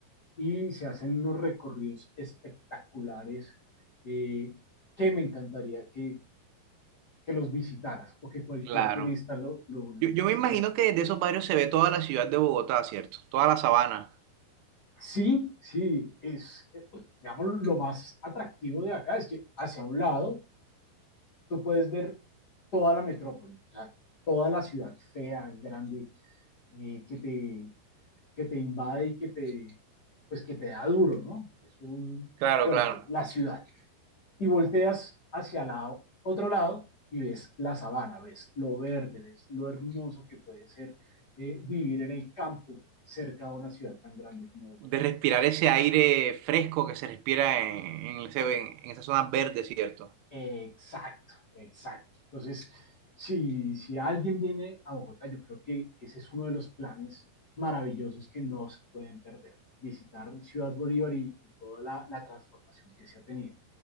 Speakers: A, on the left (about 70°); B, on the right (about 85°).
A: y se hacen unos recorridos espectaculares eh, que me encantaría que, que los visitaras o que cualquier
B: Claro.
A: turista lo, lo, lo
B: Yo,
A: conociera.
B: yo me imagino que desde esos barrios se ve toda la ciudad de Bogotá, ¿cierto? Toda la sabana.
A: Sí, sí, es, eh, pues, digamos, lo más atractivo de acá es que hacia un lado tú puedes ver toda la metrópoli, o sea, toda la ciudad fea, grande, eh, que te que te invade y que te, pues que te da duro, ¿no? Es un
B: Claro,
A: fuerte,
B: claro.
A: la ciudad. Y volteas hacia el otro lado y ves la sabana, ves lo verde, ves lo hermoso que puede ser eh, vivir en el campo cerca de una ciudad tan grande como Bogotá.
B: De respirar
A: Entonces,
B: ese aire fresco que se respira en, en, ese- en, en esas zonas verdes, ¿cierto?
A: Exacto, exacto. Entonces, si, si alguien viene a Bogotá, yo creo que ese es uno de los planes maravillosos que no se pueden perder, visitar Ciudad Bolívar y, y toda la, la transformación que se ha tenido.